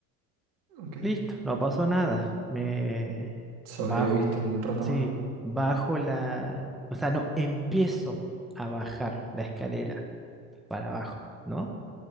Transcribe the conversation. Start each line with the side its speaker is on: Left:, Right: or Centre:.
Right: Ok.
Centre: listo, no pasó nada. Me
Right: Sobreviviste
Centre: bajo.
Right: un rato
Centre: Sí,
Right: más.
Centre: bajo la... O sea, no, empiezo a bajar la escalera para abajo, ¿no?